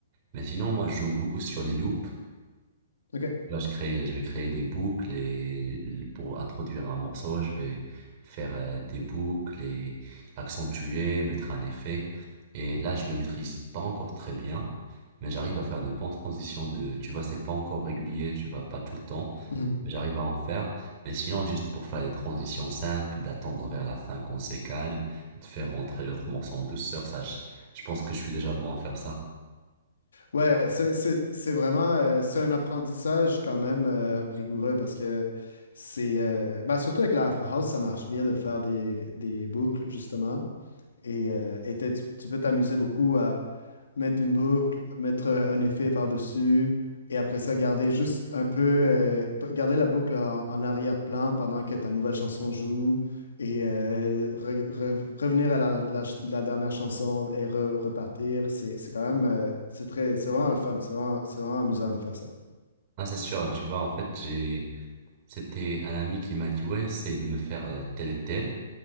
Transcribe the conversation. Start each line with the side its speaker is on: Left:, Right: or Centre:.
Right: Mais sinon, moi, je joue beaucoup sur les loops.
Left: OK.
Right: Là, je crée, je vais créer des boucles et pour introduire un morceau, je vais faire euh, des boucles et accentuer, mettre un effet. Et là, je le maîtrise pas encore très bien, mais j'arrive à faire de bonnes transitions de, tu vois, c'est pas encore régulier, tu vois, pas tout le temps,
Left: Mhm.
Right: mais j'arrive à en faire. Mais sinon, juste pour faire des transitions simples, d'attendre vers la fin qu'on s'est calme, de faire rentrer l'autre morceau en douceur, ça, je, je pense que je suis déjà bon à faire ça.
Left: Ouais, c'est c'est- c'est vraiment euh, c'est un apprentissage quand même euh, rigoureux parce que c'est euh, ben, surtout avec la Afro House, ça marche bien de faire des, des boucles justement. Et, euh, et t'es- tu, tu peux t'amuser beaucoup mettre une boucle, mettre euh, un effet par-dessus, et après ça, garder juste un peu, euh, p- garder la boucle en, en arrière-plan pendant que ta nouvelle chanson joue, et euh, re- re- revenir à la, la ch- la dernière chanson et re- repartir. C'est, c'est quand même, euh, c'est très, c'est vraiment le fun, c'est vraiment, c'est vraiment amusant de faire ça.
Right: Ah, c'est sûr, tu vois, en fait, j'ai, C'était un ami qui m'a dit, ouais, essaye de me faire euh, tel et tel.